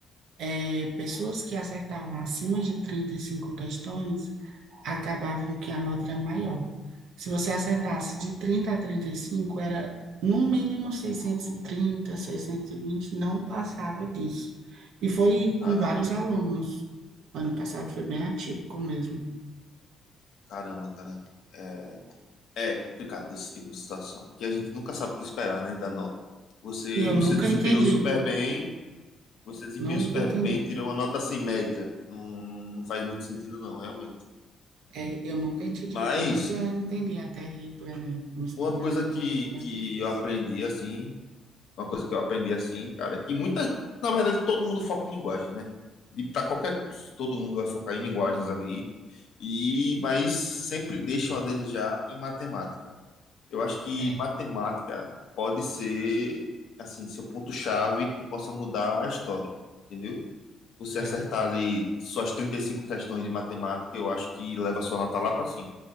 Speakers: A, on the right; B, on the left.
A: É, pessoas que acertavam acima de 35 questões acabavam que a nota era maior. Se você acertasse de 30 a 35 era no mínimo seiscentos seiscentos e trinta, seiscentos e vinte não passava disso. E foi
B: caramba,
A: com vários alunos. Ano passado foi bem atípico mesmo.
B: caramba, cara. É, é complicado esse tipo de situação, porque a gente nunca sabe o que esperar, né, da nota. Você,
A: E eu
B: você
A: nunca
B: desempenhou
A: entendi,
B: super bem. Você desempenhou
A: nunca
B: super
A: entendi.
B: bem, tirou uma nota assim, média. Não, não, não faz muito sentido, não, realmente.
A: É, eu nunca entendi,
B: Mas
A: nunca entendi a TRI do Enem.
B: uma
A: Não,
B: coisa
A: é
B: que,
A: uma coisa muito
B: que
A: difícil.
B: eu aprendi assim, uma coisa que eu aprendi assim, cara, que muita, na verdade, todo mundo foca em linguagens, né? De para qualquer curso, todo mundo vai focar em linguagens ali. E mas sempre deixam a desejar em matemática. Eu acho que
A: É,
B: matemática pode ser assim, seu ponto-chave que possa mudar a história, entendeu? você
A: é.
B: acertar ali suas 35 questões de matemática, eu acho que leva sua nota lá pra cima.